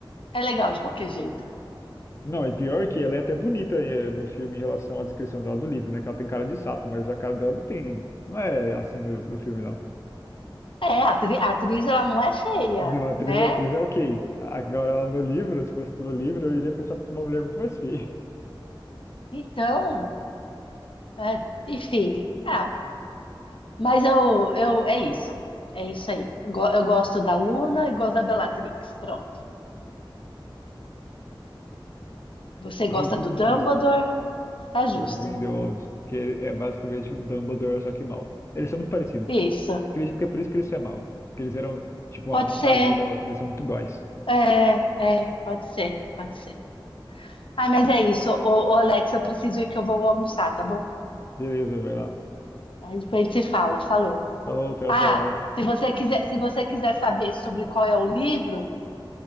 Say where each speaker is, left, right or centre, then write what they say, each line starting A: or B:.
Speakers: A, on the left; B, on the left.
A: é legal de qualquer jeito.
B: Não, e pior que ela é até bonita eh, no filme em relação à descrição dela do livro, né? Que ela tem cara de sapo, mas a cara dela não tem. Não é assim no, no filme, não.
A: É, a atri- a atriz, ela não é feia,
B: Não, a atriz,
A: né?
B: a atriz é ok. Agora ela no livro, se fosse pelo livro, eu iria pensar pra uma mulher muito mais feia.
A: Então, é, enfim, ah, Mas eu, eu, é isso. É isso aí. Eu, go- eu gosto da Luna e gosto da Bellatrix. Pronto.
B: <laughs>
A: Você gosta
B: Justo,
A: do Dumbledore?
B: justo.
A: Tá justo.
B: The Grindelwald, que é basicamente o Dumbledore, só que mal. Eles são muito parecidos.
A: Isso.
B: Acredito que é por isso que eles se amavam. Que eles eram, tipo, ó,
A: Pode
B: metade
A: ser.
B: uma da outra, eles são muito iguais.
A: É, pode ser. Pode ser. Ai, mas é isso. Ô, ô, Alex, eu preciso ir que eu vou almoçar, tá bom?
B: Beleza, vai lá.
A: Aí depois a gente se fala. Falou.
B: Falou, até outra
A: Ah,
B: hora.
A: se você quiser, se você quiser saber sobre qual é o livro,